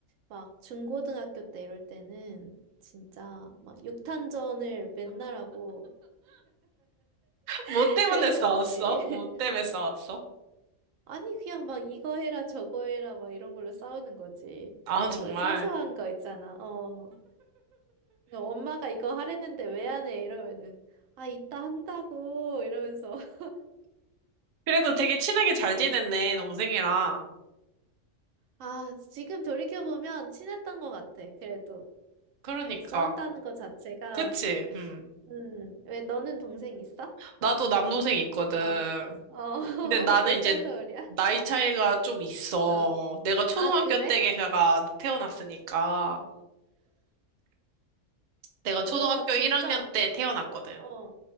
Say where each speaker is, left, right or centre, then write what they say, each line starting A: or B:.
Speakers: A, on the right; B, on the right.
A: 막 중고등학교 때 이럴 때는 진짜 막 육탄전을 맨날 하고
B: <laughs> 뭐
A: <laughs>
B: 때문에
A: 그랬었지.
B: 싸웠어? 뭐 때문에 싸웠어?
A: 아니, 그냥 막 이거 해라, 저거 해라, 막 이런 걸로 싸우는 거지.
B: 아, 정말.
A: 어, 사소한 거 있잖아. 어, 너 엄마가 이거 하랬는데 왜 안 해? 이러면은, 아, 이따 한다고, 이러면서. <laughs>
B: 그래도 되게 친하게 잘
A: 응.
B: 지냈네, 동생이랑.
A: 아, 지금 돌이켜보면 친했던 것 같아, 그래도.
B: 그러니까.
A: 그 싸운다는 것 자체가.
B: 그치? 음.
A: 음, 왜 너는 동생 있어?
B: 나도 남동생 있거든.
A: 어, 어, <laughs>
B: 근데 나는
A: 몇
B: 이제
A: 살 터울이야?
B: 나이
A: 어,
B: 차이가 좀 있어.
A: 어.
B: 내가 초등학교
A: 아, 그래?
B: 때 걔가 태어났으니까. 내가 초등학교
A: 우와, 진짜.
B: 1학년 때 태어났거든.
A: 어,